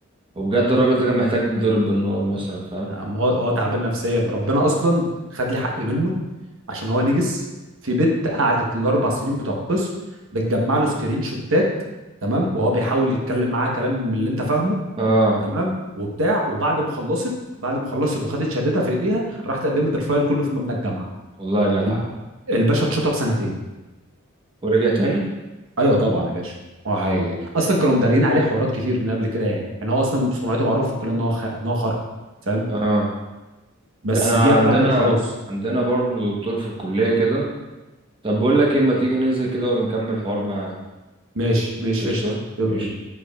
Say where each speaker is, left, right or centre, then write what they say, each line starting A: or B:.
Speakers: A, on the right; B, on the right.
A: وبجد الراجل ده كان محتاج يتضرب بالنار مثلا فاهم
B: يا عم هو هو تعبان نفسيا ربنا اصلا خد لي حق منه عشان هو نجس في بنت قعدت الاربع سنين بتوع القسم بتجمع له سكرين شوتات تمام وهو بيحاول يتكلم معاها كلام من اللي انت فاهمه
A: اه
B: تمام وبتاع وبعد ما خلصت بعد ما خلصت وخدت شهادتها في ايديها راحت قدمت الفايل كله في مبنى الجامعه
A: والله يا جدع
B: الب- الباشا اتشطب سنتين
A: ورجع تاني
B: ايوه طبعا يا باشا هو حقيقي اصلا كانوا مدارين عليه حوارات كتير من قبل كده يعني يعني هو اصلا سمعته معروفه في الكليه ان هو خ... ان هو خرا فاهم
A: اه
B: بس
A: ده احنا
B: ديت
A: عندنا
B: بقى كانت خلاص
A: عندنا برضو دكتور في الكلية كده طب بقول لك ايه ما تيجي ننزل كده ونكمل حوار معاه
B: ماشي ماشي
A: قشطة
B: قشطه يلا
A: قشطة
B: بينا